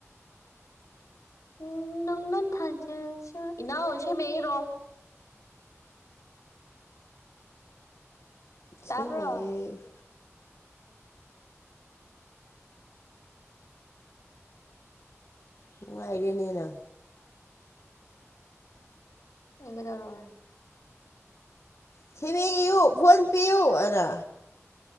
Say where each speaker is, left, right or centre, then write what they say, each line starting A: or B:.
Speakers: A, on the left; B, on the left.
A: ꯎꯝ ꯅꯪ ꯅ ꯊꯥꯖꯁꯨ ꯏꯅꯥꯎ ꯏꯁꯩ ꯃꯌꯦꯛ ꯏꯔꯛ ꯑꯣ
B: ꯏꯁꯩ
A: ꯇꯥꯕ꯭ꯔꯣ
B: ꯃꯌꯦꯛ ꯅꯨꯡꯉꯥꯏꯔꯦꯅꯦ ꯅꯪ
A: <unintelligible>
B: ꯏꯁꯩ ꯃꯌꯦꯛ ꯏꯌꯨ ꯐꯣꯟ ꯄꯤꯌꯨ ꯑꯅ